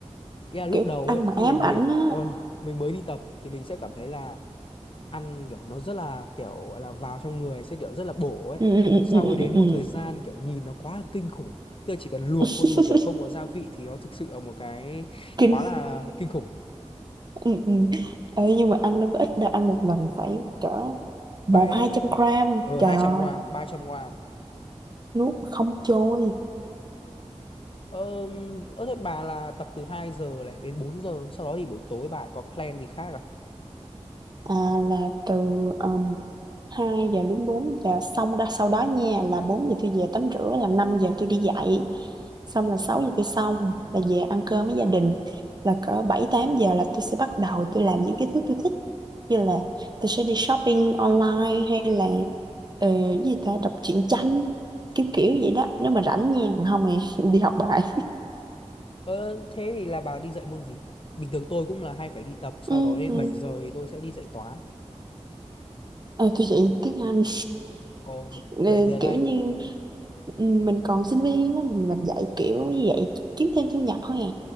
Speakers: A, on the left (about 50°); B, on the right (about 35°).
A: yeah, lúc
B: kiểu
A: đầu
B: ăn
A: ấy
B: mà
A: khi
B: ám
A: mà mình
B: ảnh á
A: ờ mình mới đi tập thì mình sẽ cảm thấy là ăn kiểu nó rất là kiểu gọi là vào trong người sẽ kiểu rất là bổ ấy
B: ừ, ừ,
A: nhưng sau
B: ừ, ừ,
A: đến
B: ừ. ừ.
A: một thời gian kiểu nhìn nó quá là kinh khủng tức là chỉ cần luộc
B: <laughs>
A: thôi mà kiểu không có gia vị thì nó thực sự là một cái
B: kinh
A: quá là kinh khủng
B: ừ, ừ. Ê, nhưng mà ăn đâu có ít đâu ăn một lần phải cỡ một
A: phải
B: hai trăm gram
A: ở
B: trời
A: hai
B: ơi
A: trăm gram ba trăm gram
B: nuốt mà không trôi
A: ờ, ờ thế bà là tập từ 2 giờ này đến 4 giờ sau đó thì buổi tối bà có plan gì khác à
B: à, là từ um, 2 giờ đến bốn giờ xong đó sau đó nha là 4 giờ tôi về tắm rửa là 5 giờ tôi đi dạy xong là 6 giờ tôi xong là về ăn cơm với gia đình là cỡ 7 8 giờ là tôi sẽ bắt đầu tôi làm những cái thứ tôi thích như là tôi sẽ đi shopping online hay là ờ, cái gì ta đọc truyện tranh kiểu kiểu
A: Ồ.
B: vậy đó nếu mà rảnh nha không thì <laughs> đi học bài
A: ờ thế thì là bà đi dạy môn gì bình thường tôi cũng là hay phải đi tập sau
B: ừ,
A: đó đến
B: ừ.
A: 7 giờ thì tôi sẽ đi dạy toán
B: Ờ, tôi dạy tiếng Anh
A: Ồ,
B: Ờ,
A: dạy tiếng
B: kiểu
A: Anh
B: như ừ, mình còn sinh viên á mình mình dạy kiểu như vậy kiếm thêm thu nhập thôi à